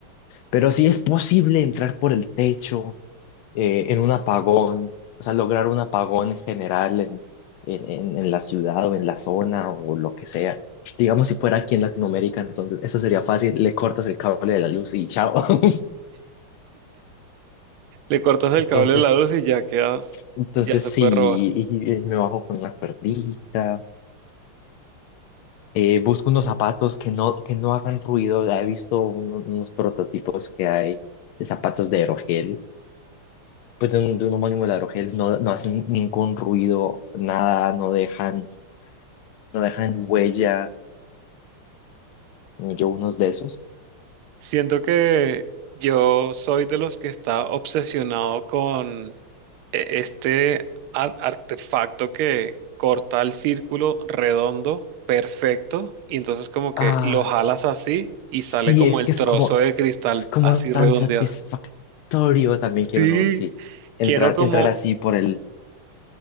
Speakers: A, on the left; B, on the right.
A: Pero sí es posible entrar por el techo. eh, en un apagón, o sea, lograr un apagón en general en, en, en- en la ciudad o en la zona o lo que sea. Digamos, si fuera aquí en Latinoamérica, entonces eso sería fácil, le cortas el cable de la luz y chao. <laughs>
B: Le cortas el
A: Entonces,
B: cable de la luz y ya quedas,
A: entonces
B: ya se
A: sí,
B: puede robar.
A: y- y me bajo con una cuerdita, eh, busco unos zapatos que no, que no hagan ruido, ya he visto uno- unos prototipos que hay de zapatos de aerogel, pues de un, de un homónimo de aerogel, no, no hacen ningún ruido, nada, no dejan no dejan huella, yo unos de esos.
B: Siento que yo soy de los que está obsesionado con e- este ar- artefacto que corta el círculo redondo, perfecto, y entonces como que
A: Ah,
B: lo jalas así y sale
A: sí,
B: como
A: es
B: el
A: que
B: trozo
A: es como,
B: de cristal
A: es como
B: así
A: tan
B: redondeado.
A: satisfactorio. También quiero
B: Sí,
A: uno, sí. Entrar,
B: quiero como,
A: entrar así por el,